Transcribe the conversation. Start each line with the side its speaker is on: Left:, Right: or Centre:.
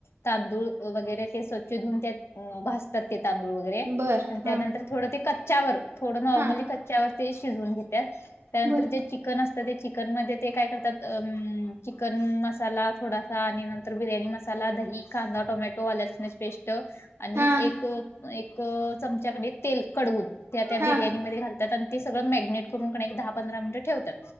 Left: तांदूळ वगैरे ते स्वच्छ धऊन त्यात भाजतात ते तांदूळ आरे
Right: बर
Left: त्यानंतर
Right: हा
Left: थोडं ते कच्च्यावर थोडं नॉर्मली
Right: हा
Left: कच्च्यावर ते शिजवून घेत्यात. त्यानंतर
Right: बर
Left: जे चिक कन असतं ते चिकन मध्ये ते काय करतात अम चिकन मसाला थोडासा आणि नंतर बिर्याणी म साला दही, कांदा, टोमॅटो, आलं लसणाची पेस्ट आणि
Right: हा
Left: एक एक चमच्याकणी तेल कडवून त्या त्या
Right: हा
Left: बिर्याणीमध्ये घाल त्यात आणि ते सगळ मॅग्नेट करून क नाही एक दहा पधरा मिनट ठेवतात.